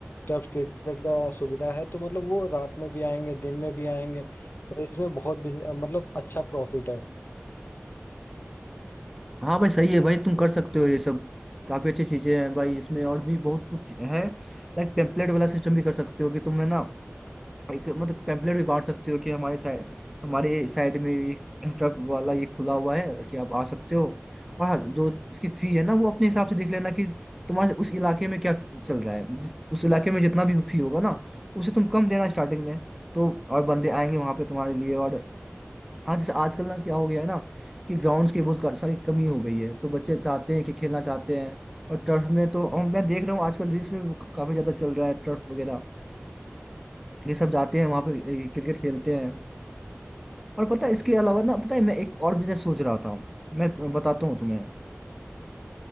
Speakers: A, on the left; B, in the centre.
A: टर्फ क्रिकेट का सुविधा है तो मतलब वो रात में भी आएंगे दिन में भी आएंगे और इसमें बहुत बिजन- मतलब अच्छा प्रॉफिट है
B: हाँ भाई सही है भाई तुम कर सकते हो ये सब काफी अच्छी चीजें हैं भाई इसमें और भी बहुत कुछ है लाइक टेम्पलेट वाला सिस्टम भी कर सकते हो कि तुम है ना एक मतलब पैम्पलेट भी बांट सकते हो कि हमारे साइड हमारे साइड में एक ट्रक वाला ये खुला हुआ है कि आप आ सकते हो और हाँ जो उसकी फी है ना वो अपने हिसाब से देख लेना कि तुम्हारे उस इलाके में क्या चल रहा है जिस- उस इलाके में जितना भी फी होगा ना उसे तुम कम देना स्टार्टिंग में तो और बंदे आएंगे वहां पे तुम्हारे लिए और हाँ जैसे आजकल ना क्या हो गया है ना कि ग्राउंड्स की बहुत सारी कमी हो गई है तो बच्चे चाहते हैं कि खेलना चाहते हैं और टर्फ में तो हम- मैं देख रहा हूँ आजकल रील्स में भी काफी ज्यादा चल रहा है टर्फ वगैरह ये सब जाते हैं वहाँ पे क्रिकेट खेलते हैं और पता है इसके अलावा ना पता है मैं एक और बिजनेस सोच रहा था मैं बताता हूँ तुम्हें